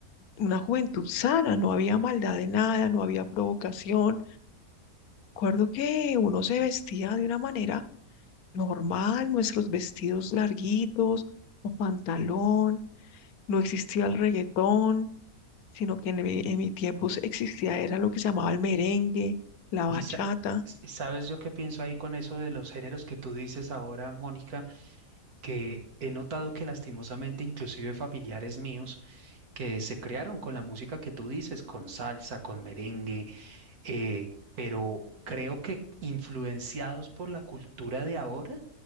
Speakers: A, on the left; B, on the right.
A: una juventud sana, no había maldad de nada, no había provocación Recuerdo que uno se vestía de una manera normal, nuestros vestidos larguitos o pantalón, no existía el reggaetón, sino que en mi, en mi tiempo se- existía, era lo que se llamaba el merengue, la bachata.
B: Y sa- s- sabes yo qué pienso ahí con eso de los géneros que tú dices ahora, Mónica, que he notado que lastimosamente inclusive familiares míos que se crearon con la música que tú dices, con salsa, con merengue, eh, pero creo que influenciados por la cultura de ahora,